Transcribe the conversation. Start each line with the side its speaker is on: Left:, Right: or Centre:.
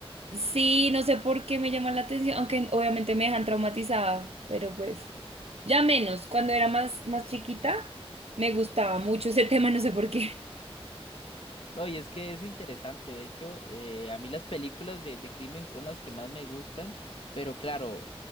Right: Sí, no sé por qué me llama la atención, aunque obviamente me dejan traumatizada, pero pues ya menos. Cuando era más, más chiquita, me gustaba mucho ese <laughs> tema, no sé por qué.
Left: No, y es que es interesante. De hecho, eh, a mí las películas de, de crimen son las que más me gustan, pero claro,